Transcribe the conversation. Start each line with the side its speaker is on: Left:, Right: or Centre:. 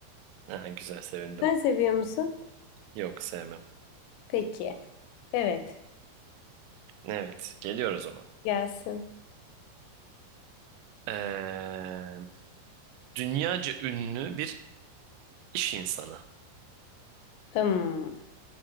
Right: Ha, güzel sevindim.
Left: Sen seviyor musun?
Right: Yok sevmem.
Left: Peki. Evet.
Right: Evet geliyor o zaman.
Left: Gelsin.
Right: Ee, dünyaca ünlü bir iş insanı.
Left: Hmm.